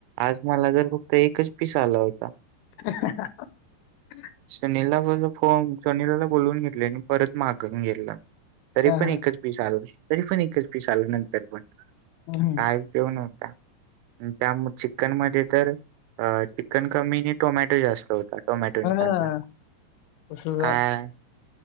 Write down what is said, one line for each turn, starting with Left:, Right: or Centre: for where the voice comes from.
Right: आज मला जर फक्त एकच पिसा आला होता
Left: <unintelligible>
Right: सुनीलला फोन सनीलाला बोलवून घेतले आणि परत मागून गेला तरी
Left: हा
Right: पण
Left: हा
Right: एकच पीस आल तरी पण एकच पीस आल नंतर पण
Left: हम्म.
Right: काय केऊ नवत का त्या चिक्नमध्ये तर अ चिकन कमी आणि टोमॅटो जास्त होतात टोमॅटो नि
Left: हा
Right: कांदा
Left: तसच
Right: काय
Left: आहे